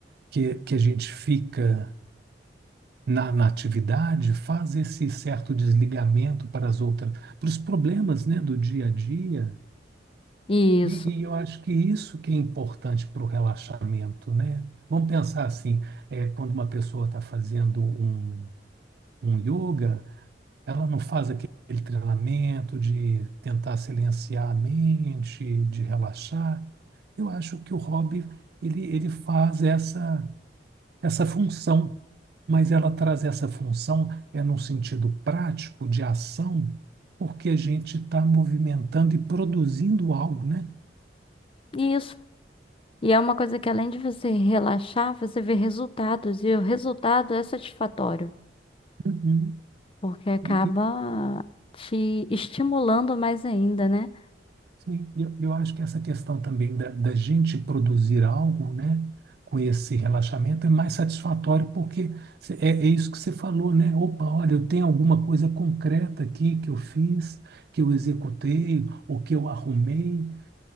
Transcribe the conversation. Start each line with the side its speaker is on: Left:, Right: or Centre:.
Right: que, que a gente fica na, na atividade faz esse certo desligamento para as outras, para os problemas, né, do dia a dia.
Left: Isso,
Right: E, e eu acho que isso que é importante para o relaxamento, né? Vamos pensar assim, é, quando uma pessoa está fazendo um, um yoga, ela não faz aquele treinamento de tentar silenciar a mente, de relaxar. Eu acho que o hobby, ele, ele faz essa essa função, mas ela traz essa função é num sentido prático de ação, porque a gente está movimentando e produzindo algo, né?
Left: isso. E é uma coisa que além de você relaxar, você vê resultados, e o resultado é satisfatório,
Right: Uhum.
Left: porque acaba
Right: E, e,
Left: te estimulando mais ainda, né?
Right: sim, eu, eu acho que essa questão também da, da gente produzir algo, né, com esse relaxamento é mais satisfatório, porque cê- é, é isso que você falou, né? Opa, olha, eu tenho alguma coisa concreta aqui que eu fiz, que eu executei, ou que eu arrumei,